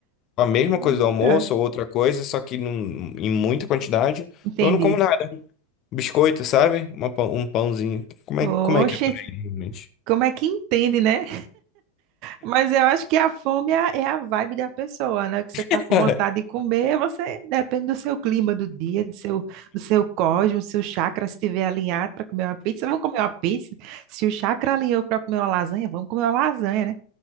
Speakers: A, on the left; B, on the right.
A: a mesma
B: Eita,
A: coisa do almoço, ou outra coisa, só que num- em muita quantidade,
B: entendi.
A: ou eu não como nada. Biscoito, sabe? Uma pão- um pãozinho. Como
B: Oxe,
A: é, como é que é por aí, realmente?
B: como é que entende, né? Mas eu acho que a fome é a, é a vibe da pessoa, né? Que você
A: <laughs>
B: tá com vontade de comer, você depende do seu clima do dia, do seu, do seu cosmos, do seu chakra, se estiver alinhado para comer uma pizza, vamos comer uma pizza. Se o chakra alinhou para comer uma lasanha, vamos comer uma lasanha, né?